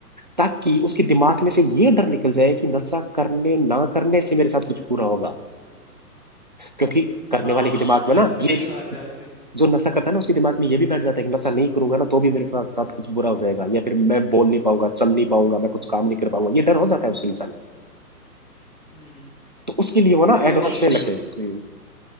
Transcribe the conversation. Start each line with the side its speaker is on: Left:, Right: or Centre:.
Right: ताकि उसके दिमाग में से ये डर निकल जाए कि नशा करने ना करने से मेरे साथ कुछ बुरा होगा क्योंकि करने
Left: हाँ
Right: वाले
Left: हाँ
Right: के दिमाग
Left: मतलब
Right: में ना ये
Left: सही बात है वैसे
Right: जो नशा करता है ना उसके दिमाग में ये भी बैठ जाता है कि नशा नहीं करूंगा ना तो भी मेरे साथ साथ कुछ बुरा हो जाएगा या फिर मैं बोल नहीं पाऊंगा चल नहीं पाऊंगा मैं कुछ काम नहीं कर पाऊंगा ये डर हो जाता है उस इंसान को
Left: हम्म
Right: तो उसके लिए वो ना
Left: तो
Right: एडवांस
Left: नहीं बिल्कुल
Right: में लगे हम्म,